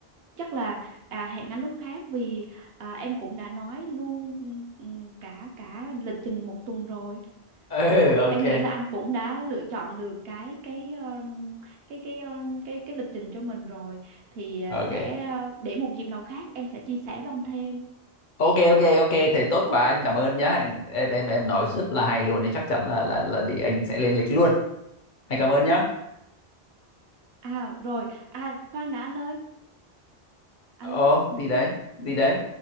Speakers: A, on the right (about 70°); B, on the left (about 55°).
A: chắc là à, hẹn anh lúc khác vì à, em cũng đã nói luôn ừ, cả cả lịch trình một tuần rồi
B: ừ
A: à
B: ok
A: em nghĩ là anh cũng đã lựa chọn được cái cái um, cái cái um, cái cái lịch trình cho mình rồi thì à,
B: ok
A: sẽ à, để một dịp nào khác em sẽ chia sẻ với anh thêm
B: ok ok ok thế tốt quá anh cảm ơn nhá em em em nói rất là hay luôn đấy chắc chắn là là là để anh sẽ lên lịch luôn anh cảm ơn nhá
A: à rồi à khoan đã anh ơi alo
B: ồ gì đấy gì đấy